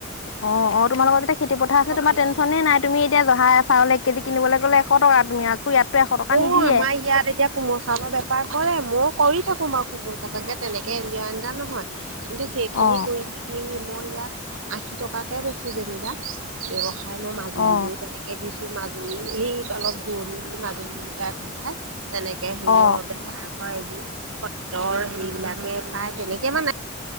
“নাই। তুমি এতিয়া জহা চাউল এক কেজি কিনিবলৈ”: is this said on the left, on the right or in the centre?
Left